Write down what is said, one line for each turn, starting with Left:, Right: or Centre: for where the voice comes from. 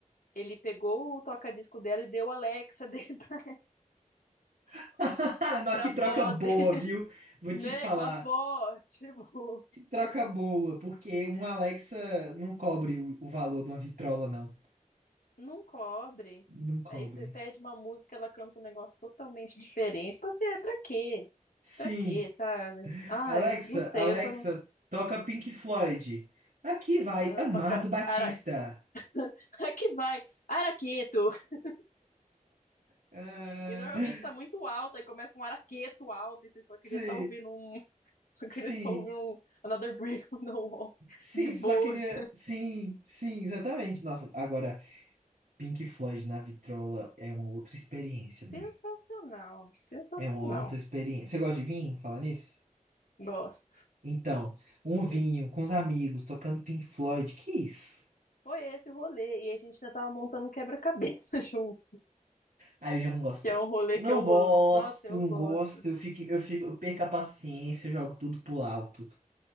Left: Ele pegou o toca-disco dela e deu a Alexa <laughs> dele pra,
Right: <laughs> Não,
Left: pra
Right: que
Left: avó
Right: troca boa,
Left: dele,
Right: viu? Vou
Left: né?
Right: te falar.
Left: Com a avó, <laughs> tipo,
Right: Que troca boa, porque uma Alexa não cobre o, o valor de uma vitrola, não.
Left: não cobre.
Right: Não cobre.
Left: Aí você pede uma música, ela canta um negócio totalmente diferente. Tipo assim, ah, pra quê?
Right: Sim.
Left: Pra quê, sabe? Ai,
Right: Alexa,
Left: não sei,
Right: Alexa,
Left: eu só não.
Right: toca Pink Floyd. Aqui vai
Left: Não,
Right: Amado
Left: toca.
Right: Batista.
Left: Ara... <laughs> Aqui vai, araqueto. <laughs>
Right: Ah,
Left: E normalmente tá muito alto, aí começa um araqueto alto, e você só queria
Right: sim,
Left: estar tá ouvindo um. <laughs> Só queria
Right: sim,
Left: estar tá ouvindo um Another Brick on the <laughs> Wall.
Right: sim,
Left: De boas.
Right: só queria. Sim, sim, exatamente. Nossa, agora, Pink Floyd na vitrola é uma outra experiência
Left: Sensacional,
Right: mesmo.
Left: sensacional.
Right: É uma outra experiência. Você gosta de vinho? Falar nisso?
Left: Gosto.
Right: Então, um
Left: E
Right: vinho com os amigos, tocando Pink Floyd, que isso?
Left: Foi esse o rolê. E a gente já tava montando um quebra-cabeça <laughs> junto,
Right: Aí eu já não gosto.
Left: que é
Right: não.
Left: um rolê
Right: Não
Left: que eu
Right: gosto,
Left: amo. Nossa, eu
Right: não
Left: gosto.
Right: gosto, eu fico, eu fico, eu perco a paciência, eu jogo tudo pro alto.